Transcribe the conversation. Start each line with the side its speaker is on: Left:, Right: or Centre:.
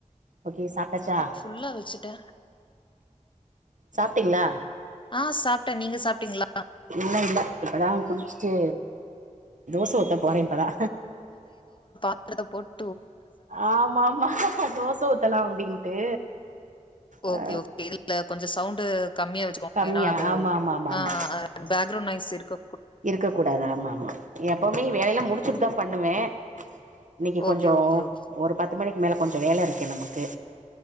Right: ஓகே சாப்டாச்சா
Left: ஃபுல்லா வச்சுட்டே
Right: சாப்ட்டீங்களா
Left: ஆ சாப்ட்டே நீங்க சாப்ட்டீங்களா
Right: இன்னு இல்ல இப்பதா குளிச்சுட்டு தோச ஊத்த போறே இப்பதா
Left: பழத போட்
Right: ஆமாமா தோச ஊத்தலா அப்டின்ட்டு ஆ
Left: ஓகே ஓகே இதுல கொஞ்சோ சவுண்டு கம்மியா வச்சுக்கோங்க
Right: கம்மியா
Left: ஏனா அது
Right: ஆமா ஆமா ஆமா ஆமா
Left: ஆ பேக்ரவுன் நாய்ஸ் இருக்கு
Right: இருக்க கூடாதா ஆமா ஆமா எப்பவுமே
Left: ம்
Right: வேலையெல்லா முடிச்சுட்டு தா பண்ணுவே இன்னைக்கு
Left: ஓகே
Right: கொஞ்சோ
Left: ஓகே ஓகே
Right: ஒரு பத்து மணிக்கு மேல கொஞ்சொ வேலருக்கு நமக்கு